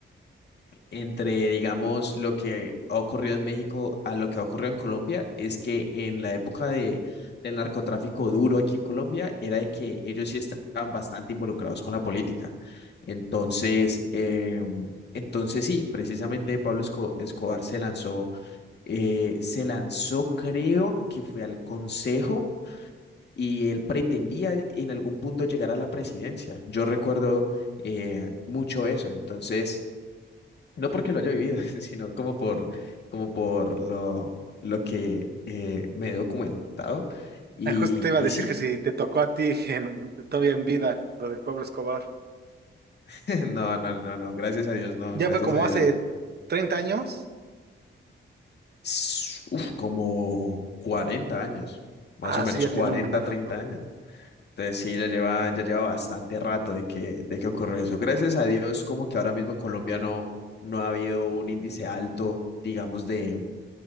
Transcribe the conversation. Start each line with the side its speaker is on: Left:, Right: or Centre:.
Left: entre, digamos, lo que ha ocurrido en México a lo que ha ocurrido en Colombia es que en la época de, del narcotráfico duro aquí en Colombia era de que ellos sí estaban bastante involucrados con la política. Entonces, eh, entonces sí, precisamente Pablo Esco- Escobar se lanzó, eh, se lanzó, creo que fue al Consejo. Y él pretendía en algún punto llegar a la presidencia. Yo recuerdo eh, mucho eso. Entonces, no porque lo haya vivido, <laughs> sino como por, como por lo, lo que eh, me he documentado. Y,
Right: Ah, Justo te iba
Left: y
Right: a decir
Left: sí,
Right: que si te tocó a ti en, todavía en vida, lo del pobre Escobar.
Left: <laughs> no, no, no, no, gracias a Dios, no,
Right: Ya
Left: gracias
Right: fue como
Left: a Dios.
Right: hace 30 años.
Left: S- Uf, como 40 años, más
Right: Ah,
Left: o menos
Right: sí, ya
Left: 40
Right: tiene un rato.
Left: 30 años. Entonces sí, ya lleva, ya lleva bastante rato de que, de que ocurrió eso. Gracias a Dios, como que ahora mismo en Colombia no, no ha habido un índice alto, digamos, de,